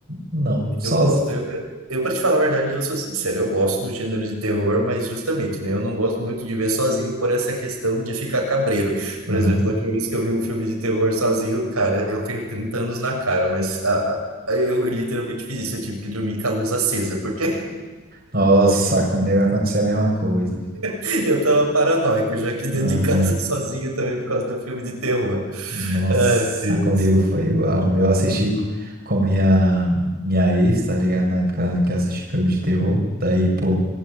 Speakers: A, on the right; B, on the right.
A: não. Sozinho.
B: Eu gosto. Eu, eu para te falar a verdade, eu sou sincero, eu gosto do gênero de terror, mas justamente, né, eu não gosto muito de ver sozinho por essa questão de ficar cabreiro. Por
A: Aham.
B: exemplo, a última vez que eu vi um filme de terror sozinho, cara, eu tenho 30 anos na cara, mas a- a- eu literalmente fiz isso, eu tive que dormir com a luz acesa, porque
A: Nossa, comigo aconteceu a mesma coisa.
B: <laughs> Eu tava paranoico já aqui dentro
A: Aham.
B: de casa <laughs> sozinho também por causa do filme de terror.
A: Nossa,
B: Ai, Deus.
A: comigo foi igual. Eu assisti com minha, minha ex, tá ligado? Na época que eu assisti filme de terror. Daí, pô,